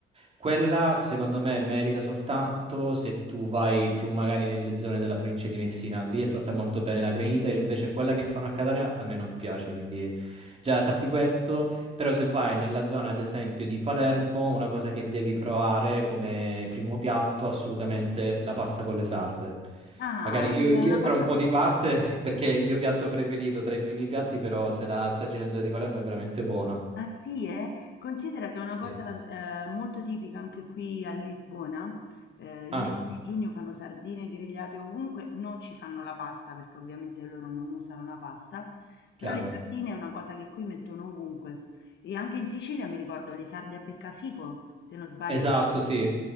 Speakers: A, on the right; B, on the left.
A: quella secondo me merita soltanto se tu vai più magari nelle zone della provincia di Messina, lì è fatta molto bene la granita, invece quella che fanno a Catania a me non piace, quindi già sappi questo. Però se vai nella zona, ad esempio, di Palermo, una cosa che devi provare come primo piatto, assolutamente la pasta con le sarde.
B: Ah,
A: Magari io,
B: che
A: io
B: è una
A: tra
B: cosa
A: un po' di parte, <laughs> perché è il mio piatto preferito tra i primi piatti, però se la assaggi nella zona di Palermo è veramente buona.
B: Ah sì, eh? Considera che è una cosa
A: Sì.
B: eh, molto tipica anche qui a Lisbona. Eh, il
A: Ah,
B: mese di giugno fanno sardine grigliate ovunque, non ci fanno la pasta perché ovviamente loro non usano la pasta, però
A: chiaro.
B: le sardine è una cosa che qui mettono ovunque. E anche in Sicilia mi ricordo le sarde a beccafico, se non sbaglio,
A: Esatto,
B: è
A: sì,